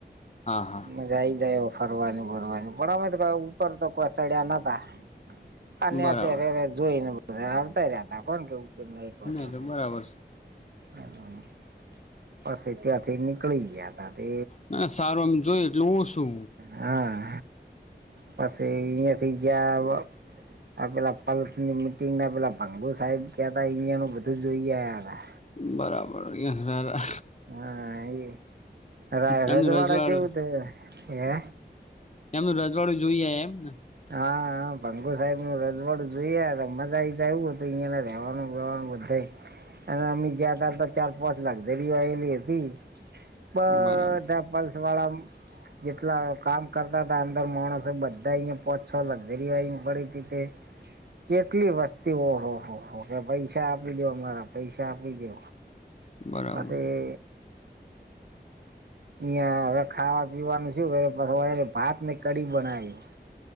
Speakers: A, on the left; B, on the right.
A: હા હા
B: મજા આઈ જાય એવો ફરવાની ફરવાની પણ અમે તો ઉપર તો કોઈ સડ્યા નતા આ નેચે
A: બરાબર
B: રેરે જોઈ ને બધા આવતા રહ્યાતા કોન કેવું. ઉપર નઈ કોય
A: નહી
B: સડવું
A: તો બરાબર
B: <unintelligible>
A: છે
B: પસ પહી ત્યો થઈને નીકળી ગયા તા તે
A: ના સારું એમ જોઈએ એટલે ઓસુ
B: હા પસે ઈયથી જ્યા વ આ પેલા પલ્સની મિટંગ ના પેલા ભંગુ સાહેબ કેતા એયાનું બધું જોઈ આયા હતા.
A: બરાબર ઈય હેરા
B: હા એ રાય
A: એમનું
B: રાજવાડા
A: રજવાડું
B: જેવું તે હે
A: એમનું રજવાડું જોઈ આયા એમ ને.
B: હા ભંગુ સાહેબ નું રજવાડું જોઈયાયાતા મજા આઈ હતું ઈયને રહેવાનુંબેવાનું બધાય. <inaudible> અને અમી જ્યા તારતો ચાર પોચ લક્ઝરીયું આયેલી હતી બધા
A: બરાબર
B: પલ્સ વાળા જેટલા કામ કરતા તા અંદર માણસો બધા ઈએ પોચ છો લક્ઝરી આઇન પડી તી તે. જેટલી વસ્તીઓ ઓહોહો કે પૈસા આપી દો અમારા પૈસા આપી દો.
A: બરાબર
B: પસી ઈયા હવે ખાવા પીવાનું શું કરે <unintelligible> ભાતને કડી બનાયું.